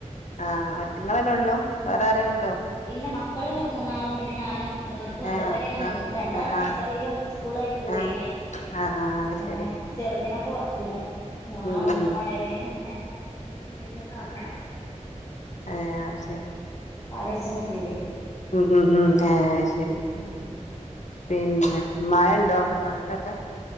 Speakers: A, on the left; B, on the left.
A: ആ ഒറ്റ നിങ്ങന്നെ ഉള്ളൂ വേറെ ആര ട്ടോ
B: ഇല്ല മക്കള് മൂന്നാളും പിന്നെ ഞാനുംന്ന സ്വന്തം
A: ഏ ആ
B: പരെയാണ മ്
A: ആ
B: രണ്ടാള്
A: ആ
B: നഴ്സറിയിലും സ്കൂളായിട്ട് പോയിണ്
A: ആ ആ ആ
B: ഏ
A: ശരി
B: ചെറുദിന ഇപ്പ ഒറക്കീണ് ഞാൻ
A: ഉം
B: ഓണ ഒണരുന്നന് മുന്നേ എന്തെങ്കിലൊക്കെ ആക്കണം
A: ഹ ശെരി
B: പടിച്ചു നോക്കേണ്ട്
A: ഉം ഉം ഉം ആഹ് ശെരി
B: ഉം
A: പിന്ന മയണ്ടോ നാട്ടിലൊക്കെ